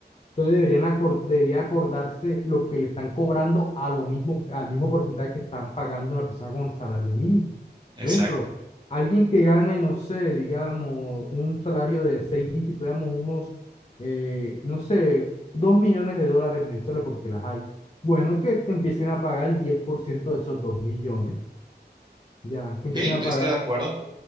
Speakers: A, on the left; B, on the right.
A: entonces deberían acor- debería acordarse lo que le están cobrando a lo mismo, al mismo porcentaje que están pagando una persona con salario mínimo.
B: exacto.
A: Por ejemplo, alguien que gane, no sé, digamos, un salario de seis dígitos, digamos, unos, eh, no sé, dos millones de dólares mensuales, porque las hay. Bueno, que te empiecen a pagar el 10% de esos dos millones, ya, que empiecen
B: Sí,
A: a
B: estoy
A: pagar.
B: de acuerdo.